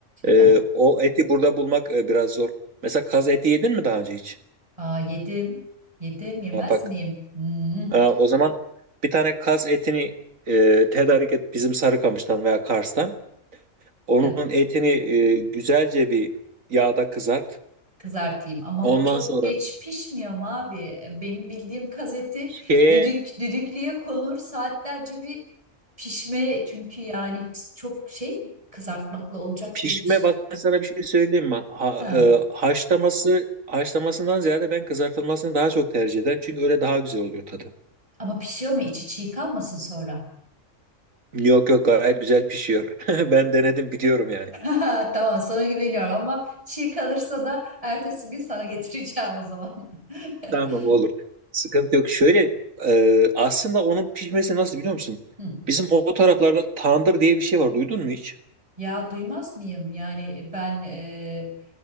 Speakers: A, on the right (about 85°); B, on the right (about 25°).
A: e,
B: Heh.
A: o eti burada bulmak e, biraz zor. Mesela kaz eti yedin mi daha önce hiç?
B: Aa, yedim yedim yemez
A: Ha, bak.
B: miyim? Hmm.
A: Ha, o zaman bir tane kaz etini e, tedarik et bizim Sarıkamış'tan veya Kars'tan. Onun
B: Heh,
A: etini e, güzelce bir yağda kızart.
B: Kızartayım ama
A: Ondan
B: o çok
A: sonra
B: geç pişmiyor mu abi? Benim bildiğim gazeti
A: şeye
B: düdük düdüklüye konur saatlerce bir pişme çünkü yani çok şey kızartmakla olacak
A: Pişme
B: gibi bir şey.
A: bak ben sana bir şey söyleyeyim mi? Ha-
B: Ha.
A: e, haşlaması haşlamasından ziyade ben kızartılmasını daha çok tercih ederim. Çünkü öyle daha güzel oluyor tadı.
B: Ama pişiyor mu içi çiğ kalmasın sonra?
A: Yok yok gayet güzel pişiyor. <laughs> Ben denedim biliyorum yani.
B: <laughs> Tamam sana güveniyorum ama çiğ kalırsa da ertesi gün sana getireceğim o zaman.
A: Tamam
B: <laughs>
A: olur. Sıkıntı yok. Şöyle e, aslında onun pişmesi nasıl biliyor musun?
B: Hı.
A: Bizim o taraflarda tandır diye bir şey var. Duydun mu hiç?
B: Ya duymaz mıyım? Yani ben e,